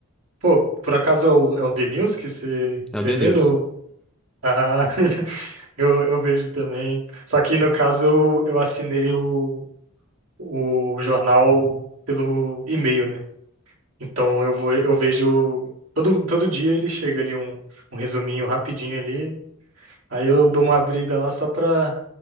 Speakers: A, on the right; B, in the centre.
A: Pô, por acaso é o, é o The News que você, você
B: É o The
A: vê
B: News.
A: no. Ah, <laughs> eu, eu vejo também. Só que no caso eu, eu assinei o, o jornal pelo e-mail, né? Então eu vou, eu vejo. Todo, todo dia ele chega ali um, um resuminho rapidinho ali. Aí eu dou uma abrida lá só pra.